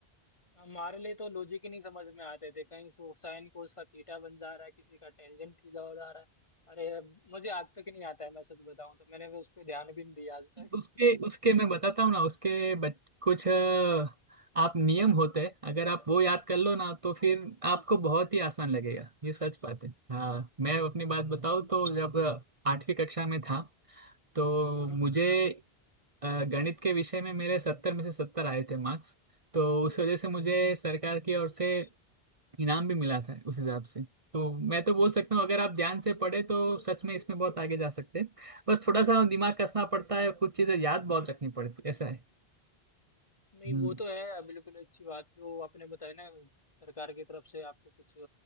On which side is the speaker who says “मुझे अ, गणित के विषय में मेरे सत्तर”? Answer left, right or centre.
Right